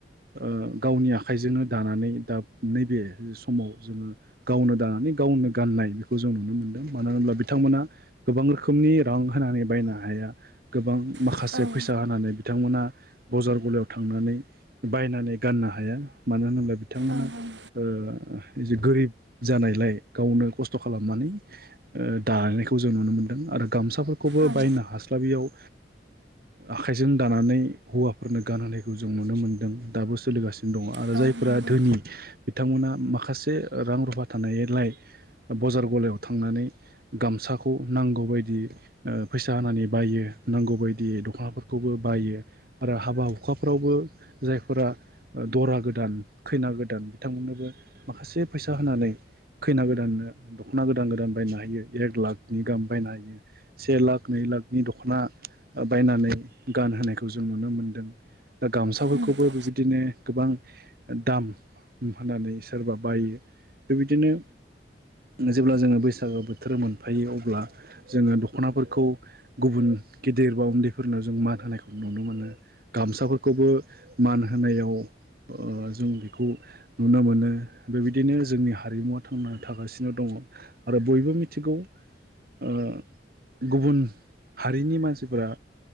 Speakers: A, on the right; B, on the right.
A: ओ गावनि आखाइजोंनो दानानै दा नैबे जु हमाव जोङो गावनो दानानै गावनो गाननाय बेखौ जों नुनो मोन्दों मानो होनब्ला बिथांमोना गोबां रोखोमनि रां होनानै बायनो हाया गोबां माखासे
B: औ ओं
A: फैसा होनानै बिथांमोना बजार गलायाव थांनानै बायनानै गाननो हाया मानो होनोब्ला बिथांमोना
B: ओं
A: ओ ओ जि गोरिब जानायलाय गावनो खस्थ खालामनानै ओ दानायनायखौ जों नुनो मोनदों आरो गामसाफोर खौबो
B: ओं
A: बायनो हास्लाबैयाव ओ आखाइजों दानानै हौवाफोरनो गानहोनायखौ जों नुनो मोनदों दाबो सोलिगासि दङ आरो
B: औ
A: जायफोरा
B: नंगौ
A: धोनि बिथांमोना माखासे रां रुफा थानायलाय बजार गलायाव थांनानै गामसाखौ नांगौबायदि ओ फैसा होनानै बायो नांगौ बायदि दखनाफोरखौबो बायो आरो हाबा हुखाफ्रावबो जायफोरा दरा गोदान खैना गोदान बिथांमोननोबो माखासे फैसा होनानै खैना गोदाननो दखना गोदान गोदान बायना होयो एक लाखनि गाहाम बायना होयो से लाख नै लाखनि दखना ओ बायनानै गान होनायखौ जों नुनो मोनदों। दा गामसाफोरखौबो
B: नंगौ
A: बेबायदिनो गोबां ओ दाम फाननानैस सोरबा बायो। बेबायदिनो। नो जेब्ला जोङो बैसागो बोथोर मोनफायो अब्ला जोङो दखनाफोरखौ गुबुन गिदिर बा उन्दैफोरनो जों मान होनायखौ नुनो मोनो गामसाफोरखौबो मान होनायाव ओ जों बिखौ नुनो मोनो। बेबायदिनो जोंनि हारिमुवा थांना थागासिनो दङ आरो बयबो मिथिगौ ओ गुबुन हारिनि मानसिफोरा